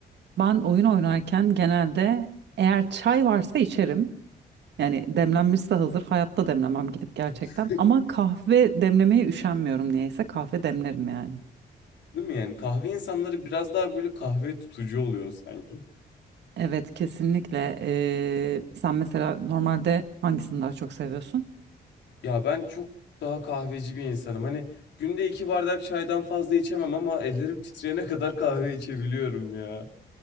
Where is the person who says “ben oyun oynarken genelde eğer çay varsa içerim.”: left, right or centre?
Right